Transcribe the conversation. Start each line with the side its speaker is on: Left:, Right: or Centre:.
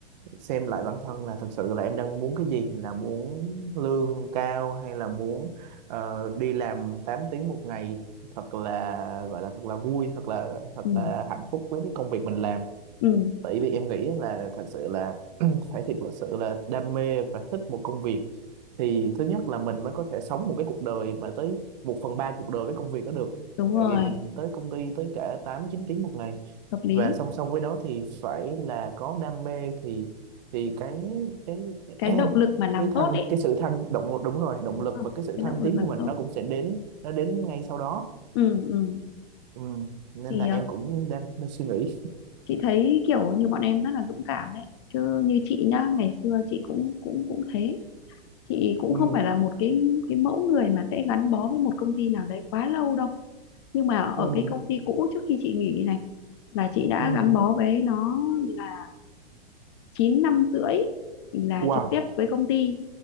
Right: xem lại bản thân là thực sự là em đang muốn cái gì là muốn lương cao hay là muốn ờ, đi làm tám tiếng một ngày thật là gọi là thật là vui thật là thật
Left: ừ
Right: là hạnh phúc với cái công việc mình làm
Left: ừ
Right: tại vì em nghĩ là thật sự là <clears throat> phải thiệt là sự là đam mê và thích một công việc thì thứ nhất là mình mới có thể sống một cái cuộc đời mà tới một phần ba cuộc đời với công việc đó được
Left: đúng
Right: tại
Left: rồi
Right: vì mình tới công ty tới cả tám chín tiếng một ngày
Left: hợp lý
Right: và song song với đó thì phải là có đam mê thì thì cái cái <clears throat>
Left: cái động lực mà làm
Right: cái thăng
Left: tốt ấy
Right: cái sự thăng động đúng rồi động
Left: đúng
Right: lực
Left: không
Right: và cái sự
Left: cái
Right: thăng
Left: động
Right: tiến
Left: lực làm
Right: của mình
Left: tốt
Right: nó cũng sẽ đến nó đến ngay sau đó
Left: ừ ừ
Right: ừ. nên
Left: thì
Right: là em
Left: ờ,
Right: cũng đang, đang suy nghĩ
Left: chị thấy kiểu như bọn em rất là dũng cảm đấy chứ như chị nhá ngày xưa chị cũng cũng cũng thế chị cũng
Right: ừ.
Left: không phải là một cái cái mẫu người mà sẽ gắn bó với một công ty nào đấy quá lâu đâu nhưng mà ở
Right: Ừ.
Left: cái công ty cũ trước khi chị nghỉ này là chị đã
Right: Ừ.
Left: gắn bó với nó là chín năm rưỡi là
Right: wow
Left: trực tiếp với công ty